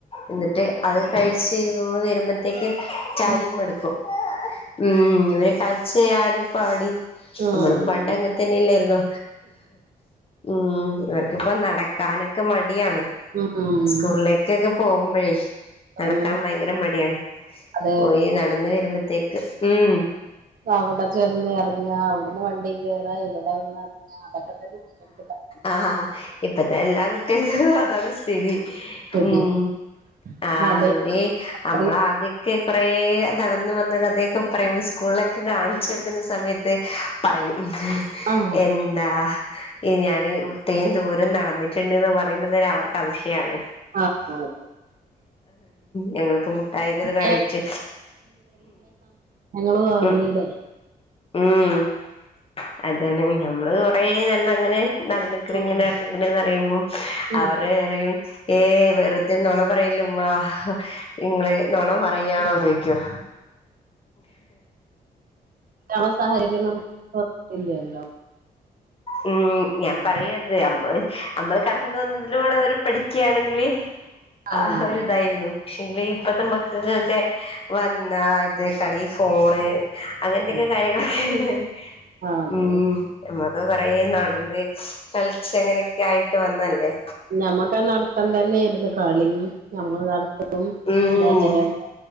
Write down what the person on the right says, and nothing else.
ഉം
ആഹ്
ഉം
ആഹ്
അതെ
അവടെ ചെന്നെർങ്ങ അവ്ട്ന്ന് വണ്ടി കേറാ ഇവടെ വന്നെർങ്ങ ആഹ് അതൊക്കെ തന്നെ കുട്ടികൾക്ക്പ്പ
സ്ഥിതിയാണ്
മൊബൈൽ
അത്രയും
ആഹ്
ആഹ ആഹ
അതെ
ഞങ്ങള് വാ <unintelligible>
ലെ
ഉം
ഉം
ആഹ് <unintelligible>
അതാ
ആഹ്
അതെ
ആഹ്
അതെ
ഞമ്മക്ക് ആഹ നടത്തം തന്നൊയിരുന്നു കളിയും ഞമ്മൾ നടത്തവും
നേരവും